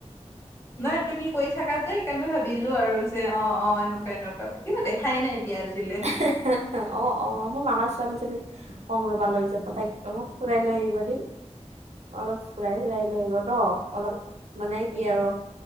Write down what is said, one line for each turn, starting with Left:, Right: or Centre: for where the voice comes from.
Left: নাই তুমি কৈ থাকা যে সেইকাৰণে ভাবিলো আৰু যে অ', অ', এনেকুৱা এনেকুৱা দেখাই নাই দিয়া আজিলে।
Right: হা - হা অ', অ', মোৰ মামাৰ ছোৱালীজনী কম ৰবা লৈ যাব তাইক অলপ ফুৰাই লৈ আহিবা দেই। অলপ ফুৰাই - ফুৰাই লৈ আহিব ন অলপ মানে কি আৰু